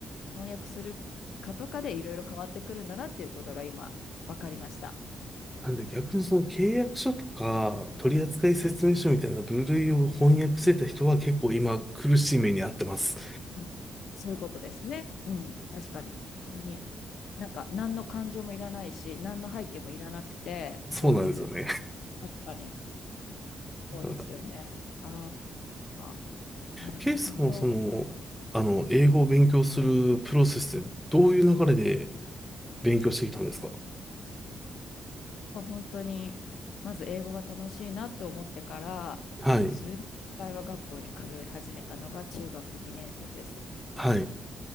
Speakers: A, on the left; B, in the centre.
A: 翻訳するかとかでいろいろ変わってくるんだなっていうことが今、分かりました。
B: なんで逆にその契約書とか取扱説明書みたいな部類を翻訳してた人は結構今苦しい目に遭ってます。
A: うん、そういうことですね。うん、確かに。本当に。なんか、何の感情もいらないし、何の背景もいらなくて、
B: そうなんですよね。
A: そういう、確かに、
B: <laughs>
A: そうですよね。
B: だから、
A: ああ、まあ、だから本当、
B: ケイさんはその、あの、英語を勉強するプロセスでどういう流れで勉強してきたんですか
A: 本当に、まず英語が楽しいなって思ってから、
B: はい、
A: 普通に会話学校に通い始めたのが中学2年生です。
B: はい、